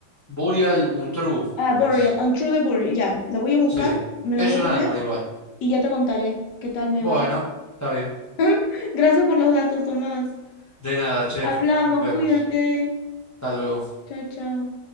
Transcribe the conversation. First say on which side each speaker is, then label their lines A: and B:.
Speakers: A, on the left; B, on the left.
A: Burial Untrue
B: Ah,
A: es.
B: Burial, Untrue the Burial. Ya, la voy a buscar,
A: Sí, sí.
B: me
A: Es
B: la voy a
A: un
B: poner
A: álbum igual.
B: y ya te contaré qué tal me
A: Bueno,
B: va.
A: está bien.
B: <laughs> Gracias por los datos, Tomás.
A: De nada, che.
B: Hablamos,
A: Nos vemos.
B: cuídate.
A: Hasta luego.
B: Chao, chao.